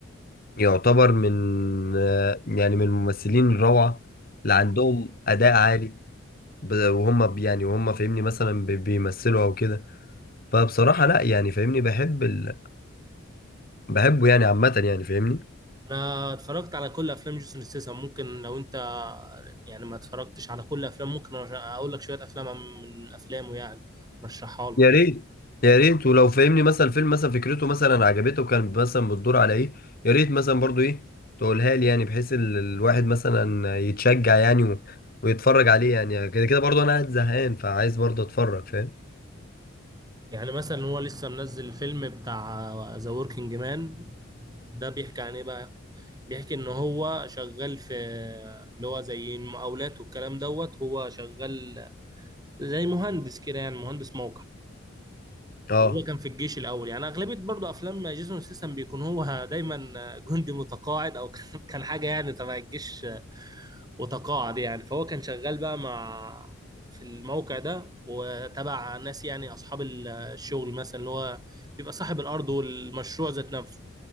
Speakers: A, on the left; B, on the right.
A: يعتبر من آه، يعني من الممثلين الروعة اللي عندهم أداء عالي ب- وهم ب- يعني وهم فاهمني مثلا بي- بيمثلوا أو كده فبصراحة لا يعني فاهمني بحب ال... بحبه يعني عامة يعني فاهمني
B: انا اتفرجت على كل افلام جيسون ستيسن ممكن لو انت يعني ما اتفرجتش على كل افلام ممكن أرش- اقول لك شويه افلام من افلامه يعني رشحها له
A: يا ريت يا ريت ولو فاهمني مثلا فيلم مثلا فكرته مثلا عجبته وكان مثلا بتدور على ايه يا ريت مثلا برضو ايه تقولها لي يعني بحيث ال- الواحد مثلا يتشجع يعني و... ويتفرج عليه يعني كده كده برضو انا قاعد زهقان فعايز برضو اتفرج فاهم
B: يعني مثلا هو لسه منزل الفيلم بتاع ذا وركينج مان ده بيحكي عن ايه بقى بيحكي ان هو شغال في اللي هو زي المقاولات والكلام دوت هو شغال زي مهندس كده يعني مهندس موقع
A: اه
B: وهو كان في الجيش الاول يعني اغلبيه برضو افلام جيسون سيسم بيكون هو دايما جندي متقاعد او <laughs> كان كان حاجه يعني تبع الجيش وتقاعد يعني فهو كان شغال بقى مع في الموقع ده وتبع ناس يعني اصحاب ال- الشغل مثلا اللي هو بيبقى صاحب الارض والمشروع ذات نفسه